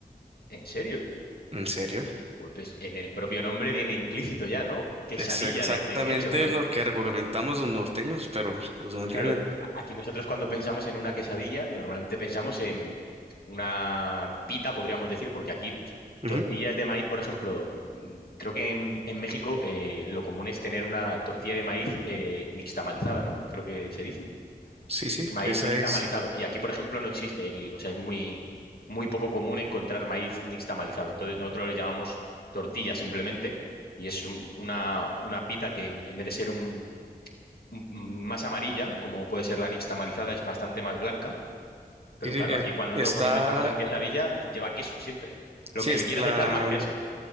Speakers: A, on the left; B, on the right.
A: ¿En serio?
B: ¿En serio?
A: Joder, pues en el propio nombre viene implícito ya, ¿no? Quesadilla
B: Es exactamente
A: de, de queso, ¿no?
B: lo que argumentamos los norteños, pero pues no entienden.
A: Claro, aquí nosotros cuando pensamos en una quesadilla, normalmente pensamos en una pita, podríamos decir, porque aquí tortillas
B: Ujú.
A: de maíz, por ejemplo, mm, creo que en, en México eh, lo común es tener una tortilla de maíz eh, nixtamalizada, ¿no? Creo que se dice.
B: Sí, sí,
A: Maíz
B: esa
A: nixtamalizado.
B: es.
A: Y aquí, por ejemplo, no existe. el- o sea, es muy, muy poco común encontrar maíz nixtamalizado. Entonces, nosotros le llamamos tortilla simplemente. Y es un- una, una pita que en en vez de ser un, un- un- más amarilla, como puede ser la nixtamalizada, es bastante más blanca. Pero
B: Sí, sí,
A: claro,
B: eh,
A: aquí cuando
B: está,
A: nosotros cuando pensamos en quesadilla, lleva queso siempre. Lo
B: sí,
A: que
B: es
A: le quieras
B: la,
A: echar más queso.